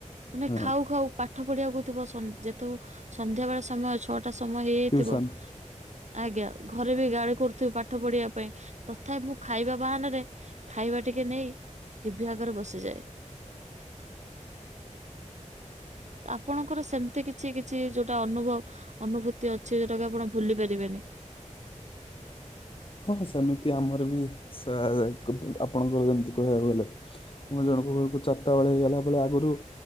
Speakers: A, on the right; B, on the left.
A: ମାନେ ଖାଉ
B: ହଁ
A: ଖାଉ ପାଠ ପଢିବାକୁ ଥିବ ଯେହେତୁ ସନ୍ଧ୍ୟା ବେଳ ସମୟ ଛଅଟା ସମୟ ହେଇଯାଇଥିବ।
B: ଟ୍ୟୁସନ
A: ଆଜ୍ଞା ଘରେ ବି ଗାଳି କରୁଥିବେ ପାଠ ପଢିବା ପାଇଁ ତଥାପି ମୁଁ ଖାଇବା ବାହାନାରେ ଖାଇବା ଟିକେ ନେଇ ଟିଭି ଆଗରେ ବସିଯାଏ। ଆପଣଙ୍କର ସେମିତି କିଛି କିଛି କିଛି ଯୋଉଟା ଅନୁଭବ ଅନୁଭୂତି ଅଛି ଯୋଉଟା କି ଆପଣ ଭୁଲି ପାରିବେନି।
B: ହଁ ସେମିତି ଆମର ବି ସେ ଆପଣଙ୍କର ଯେମିତି କହିବାକୁ ଗଲେ। ମୁଁ ଜଣଙ୍କ ଘରକୁ ଚାରିଟା ବେଳେ ଗଲା ବେଳେ ଆଗରୁ